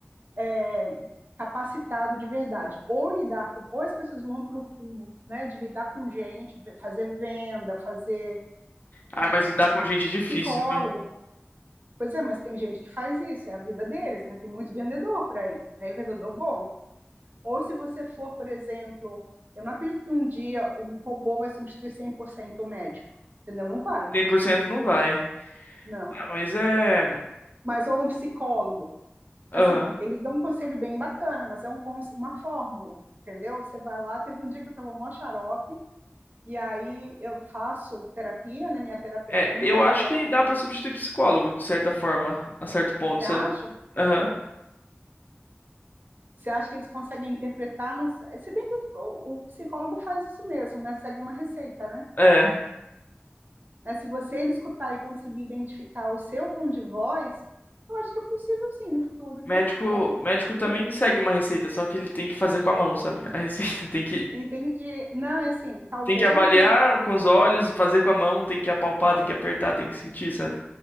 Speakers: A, on the right; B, on the left.
A: é, capacitado de verdade, ou lidar com, ou as pessoas vão para o rumo, né, de lidar com gente, fazer venda, fazer
B: Ah, mas lidar com gente é difícil,
A: psicólogo.
B: viu?
A: Pois é, mas tem gente que faz isso, é a vida deles, né? Tem muito vendedor por aí, né? E vendedor bom. Ou se você for, por exemplo, eu não acredito que um dia um robô vai substituir 100% o médico, entendeu? Não vai,
B: 100% não vai.
A: não.
B: Ah, mas é.
A: Mas ou um psicólogo.
B: Aham.
A: Assim, eles dão um conselho bem bacana, mas é um, cons- uma fórmula, entendeu? Você vai lá, teve um dia que eu estava mó xarope, e aí eu faço terapia, né? Minha terapeuta
B: É,
A: não
B: eu
A: estava.
B: acho que dá pra substituir psicólogo, de certa forma, a certo ponto,
A: Você
B: sabe?
A: acha?
B: Aham.
A: Você acha que eles conseguem interpretar? Não sei- Se bem que o, o psicólogo faz isso mesmo, né? Segue uma receita, né?
B: É.
A: né? Se você ele escutar e conseguir identificar o seu tom de voz, eu acho que é possível sim no futuro,
B: Médico,
A: viu? Pode
B: médico também
A: tudo.
B: segue uma receita, só que ele tem que fazer com a mão, sabe? A receita <laughs> tem que
A: Entende? Não, é assim, talvez
B: Tem que avaliar
A: um.
B: com os olhos, fazer com a mão, tem que apalpar, tem que apertar, tem que sentir, sabe?